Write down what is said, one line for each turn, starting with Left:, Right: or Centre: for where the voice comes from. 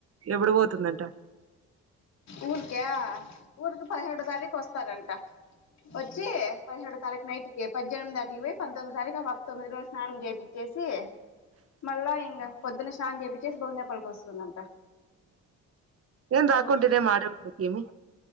Right: ఎప్పుడు పోతుందంట
Left: ఊరికా ఊరికి పదిహేడో తారీఖు వస్తారంట వచ్చి పదిహేడు తారీఖు నైట్ కి పజ్ జనం దాటికి పోయి పంతొమ్మి తారీఖు ఆప్ తొమ్మిది రోజు స్నానం చేపిచ్చేసి మళ్ళా ఇంగా పొద్దున్న స్నానం చేపిచ్చేసి భొగినేపల్లికి వస్తుందంట
Right: ఏం
Left: మా
Right: రాకుంటేనే
Left: ఊరికి
Right: మాట్లాడకి ఏమి